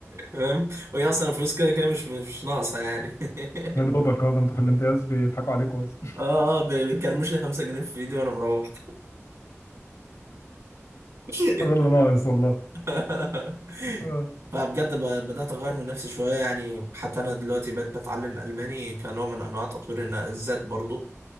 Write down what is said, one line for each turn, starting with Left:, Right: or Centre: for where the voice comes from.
Right: فاهم وهي اصلا الفلوس كده كده مش مش ناقصة يعني <laughs>
Left: يا دوبك اه ده انتوا في الامتياز بيضحكوا عليكوا اصلا
Right: اه اه بي- بيكرمش لي 5 جنيه في ايدي وانا مروح <laughs>
Left: <laughs> ده اللي ناقص والله
Right: <laughs>
Left: آه.
Right: فبجد ب- بدأت أغير من نفسي شوية يعني حتى أنا دلوقتي بقيت بتعلم ألماني كنوع من أنواع تطوير الن- الذات برضو